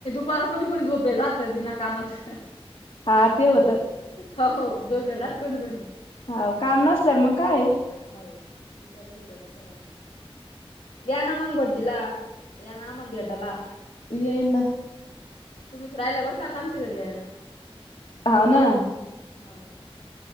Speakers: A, on the left; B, on the left.
A: पारा कोणी कोणी झोपेल राह तं बिना कामाचं.
B: हा ते होतं.
A: ह हो झोपेल राहतं कोणी कोणी.
B: हाव काम नसल्यावर मग काये?
A: हावो. दुपारी झोपेल राहत्या बाया लगेच. या ना मंग भटजीला, या ना आम्हाला भेटायला.
B: येईन ना.
A: तुम्हीच राहिल्या बरं का आता, आमच्या घरी यायला.
B: हाव ना.
A: हो